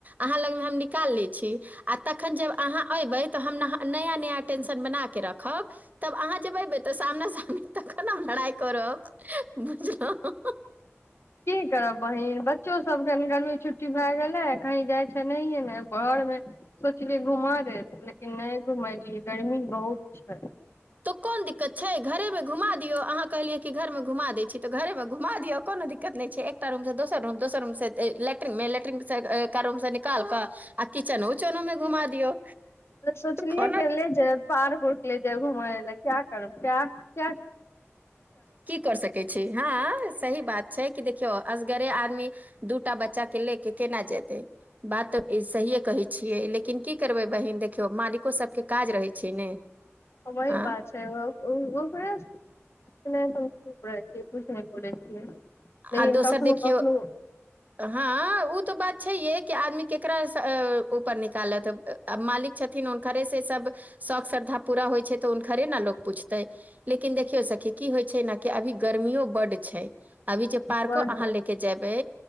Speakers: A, on the right; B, on the left.
A: अहाँ लगमे हम निकाल लई छी आ तखन जब अहा एईब नया नया टेंशन बना के रखम तब अहाँब जब एयबै तऽ सामना साम तखतम लड़ाइ करब बुझलौं
B: की करब बहिन बच्चो सबकेनि गर्मी छुट्टी भए गेलै कहीं जाइ छै नहिे ने घर मे सोचलियै घुमा दे लेकिन नहि घुमलियै गर्मी बहुत छै
A: तो कोन दिक्कत छै घरेमे घुमा दियौ अहाँ कहलियै कि घरमे घुमा दै छी तऽ घरेमे घुमा दिअ कोन कोनो दिक्कत नै छै एकटा रूम दोसर रूम दोसर रूमिन लेट्रिन मे एक रूम से निकाल क आ किचनो उचनो में घुमा दियौ
B: सोचलियै
A: कोना
B: गेले जे पार्क उर्क ले जाय घुमय ल क्या करू का क
A: की कर सकै छी हँ सही बात छै कि देखियौ असगरे आदमी दूटा बच्चा के ले के केना जेतै बात सहिे कहै छियै लेकिन की करबै बहिन देखियौ मालिको सबके काज रहै छै ने
B: हम वही
A: आ
B: ह बात छै ओ चुप रहै छियै कुछ नहि बोलै छियै लेकिन
A: आ दोसर
B: कखनो
A: देखियौ
B: कखनो
A: हँ ओ त बात छै य कि आदमी केकरा ऊपर निकालत आ मालिक छथिन उनकरे से सब शौक श्रद्धा पूरा होइ छै तऽ हुनकरे ने लोक पूछतै लेकिन देखियौ सखी की होइ छै ने अभी अभी गर्मियो बड्ड छै अभी जे पार्को
B: बन्द
A: अहाँ
B: भऽ
A: लेके जेयबै